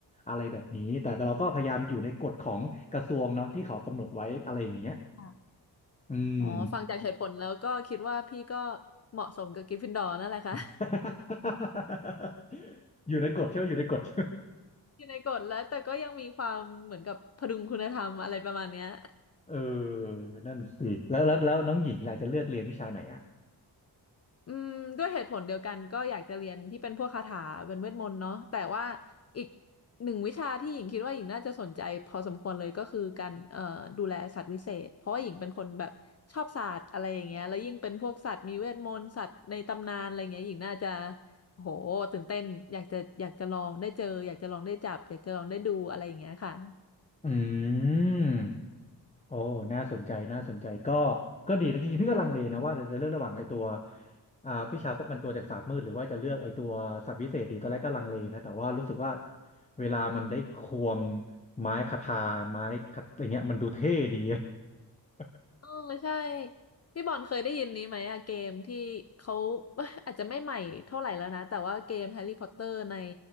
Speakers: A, on the left (about 15°); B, on the left (about 35°).
A: อะไรแบบนี้แต่เราก็พยายามอยู่ในกฎของกระทรวงเนาะที่เขากำหนดไว้อะไรอย่างเงี้ย
B: <laughs>
A: อืม
B: อ๋อฟังจากเหตุผลแล้วก็คิดว่าพี่ก็เหมาะสมกับกริฟฟินดอร์นั่นแหละค่ะ
A: <laughs> อยู่ในกฎใช่ไหมอยู่ในกฎใช่ไหม
B: <laughs> อยู่ในกฎแล้วแต่ก็ยังมีความเหมือนกับพดุงคุณธรรมอะไรประมาณเนี้ย
A: เออนั่นสิแล้วแล้วแล้วน้องหญิงล่ะจะเลือกเรียนวิชาไหนอ่ะ
B: อืมด้วยเหตุผลเดียวกันก็อยากจะเรียนที่เป็นพวกคาถาเป็นเวทมนต์เนาะแต่ว่าอีกหนึ่งวิชาที่หญิงคิดว่าหญิงน่าจะสนใจพอสมควรเลยก็คือการเอ่อดูแลสัตว์วิเศษเพราะว่าหญิงเป็นคนแบบชอบสัตว์อะไรอย่างเงี้ยแล้วยิ่งเป็นพวกสัตว์มีเวทมนต์สัตว์ในตำนานอะไรเงี้ยหญิงน่าจะโอ้โหตื่นเต้นอยากจะอยากจะลองได้เจออยากจะลองได้จับอยากจะลองได้ดูอะไรอย่างเงี้ยค่ะ
A: อืมโอ้น่าสนใจน่าสนใจก็ก็ดีนะจริงๆพี่ก็ลังเลนะว่าจะเลือกระหว่างไอ้ตัวอ่าวิชาป้องกันตัวจากศาสตร์มืดหรือว่าจะเลือกไอ้ตัวสัตว์วิเศษดีตอนแรกก็ลังเลนะแต่ว่ารู้สึกว่าเวลามันได้ควงไม้คทาไม้คทอะไรเงี้ยมันดูเท่ดี <laughs>
B: เออใช่พี่บอลเคยได้ยินนี้ไหมอะเกมที่เขา <laughs> อาจจะไม่ใหม่เท่าไหร่แล้วนะแต่ว่าเกมแฮร์รี่พอตเตอร์ใน